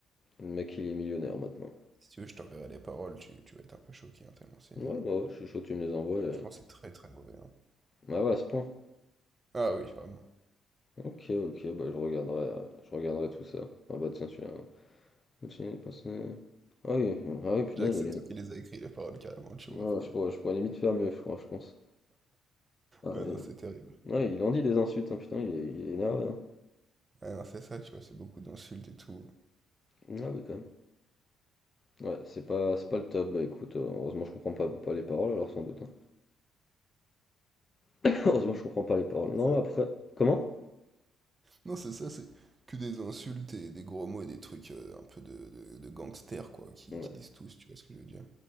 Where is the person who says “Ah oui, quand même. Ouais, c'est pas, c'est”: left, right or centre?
Left